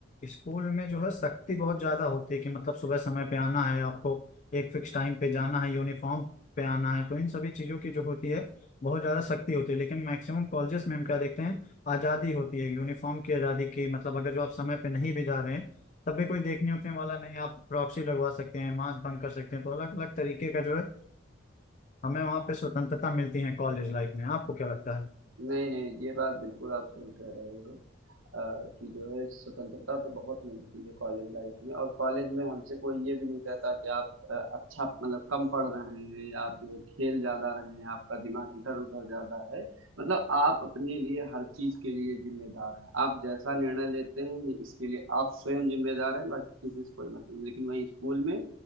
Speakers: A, on the left; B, on the right.
A: स्कूल में जो है सख्ती बहुत ज्यादा होती है कि मतलब सुबह समय पे आना है आपको एक फिक्स टाइम पे जाना है यूनिफॉर्म पे आना है तो इन सभी चीजों की जो होती है बहुत ज्यादा सख्ती होती है लेकिन मैक्सिमम कॉलेजेस में हम क्या देखते हैं आजादी होती है यूनिफॉर्म की आजादी की मतलब अगर जो आप समय पे नहीं भी जा रहे हैं तब भी कोई देखने उठने वाला नहीं आप प्रॉक्सी लगवा सकते हैं मास्क बंक कर सकते हैं तो अलग अलग तरीके का जो है हमें वहाँ पे स्वतंत्रता मिलती है कॉलेज लाइफ में आपको क्या लगता है
B: नहीं, नहीं, ये बात बिल्कुल आप सही कह रहे हो अ, कि जो है स्वतंत्रता तो बहुत मिलती है कॉलेज लाइफ में और कॉलेज में हमसे कोई ये भी नहीं कहता कि आप अ, अच्छा मतलब कम पढ़ रहे हैं या आप जो है खेल ज़्यादा रहे हैं आपका दिमाग इधर उधर ज़्यादा है मतलब आप अपने लिए हर चीज़ के लिए जिम्मेदार हैं आप जैसा निर्णय लेते हैं ये इसके लिए आप स्वयं जिम्मेदार हैं बाकी किसी से कोई मतलब नहीं। लेकिन वहीं स्कूल में